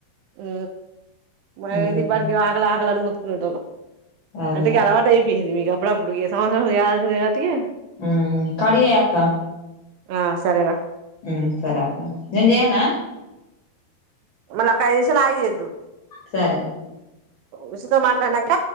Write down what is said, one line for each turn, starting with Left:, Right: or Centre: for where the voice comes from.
Right: ఉ మ
Left: ఉమ్
Right: ఇది పానికి ఆకలే కాల అని ముతుక్కునేటోలం.
Left: అదే
Right: అంటే ఇంకా అలవాటు అయి పీంది మీ కప్పుడప్పుడు ఇక సమయం రాత్రే
Left: ఉమ్ కడి చేయ్ అక్క.
Right: ఆహ్ సరేరా.
Left: ఉమ్ సరే అక్కా నేను చెయ్యన.
Right: మళ్లీ ఒక ఐదు నిమిషాలు ఆగి చేదువు.
Left: సరే.
Right: ఉషితో మాట్లాడినాంక.